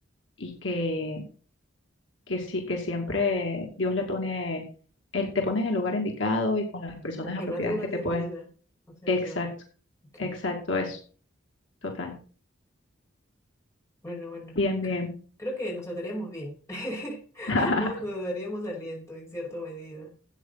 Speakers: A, on the left (about 70°); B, on the left (about 15°).
A: y que, que sí, que siempre Dios le pone, él te pone en el lugar indicado y con las personas
B: Al que
A: apropiadas
B: madruga,
A: que
B: Dios
A: te pueden.
B: le ayuda. O sea,
A: Exacto,
B: te va. Ok,
A: exacto, eso, total.
B: bueno, bueno.
A: Bien, bien.
B: Creo que nos trataríamos bien. <laughs>
A: <laughs>
B: Ambos nos daríamos aliento en cierta medida.